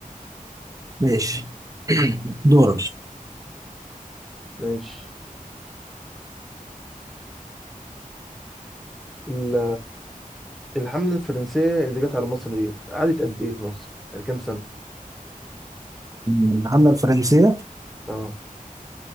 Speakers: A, on the right; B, in the centre.
A: ماشي <clears throat> دورك
B: مم. ماشي ال- الحملة الفرنسية اللي جت على مصر ديت قعدت قد إيه في مصر؟ يعني كام سنة؟
A: الحملة الفرنسية
B: أه